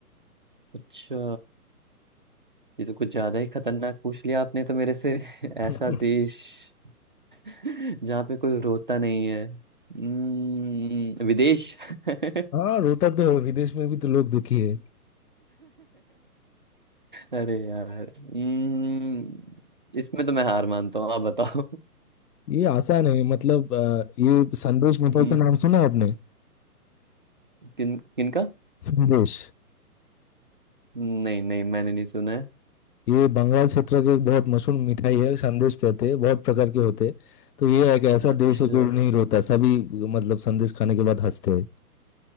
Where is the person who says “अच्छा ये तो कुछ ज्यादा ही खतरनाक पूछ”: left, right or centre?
Right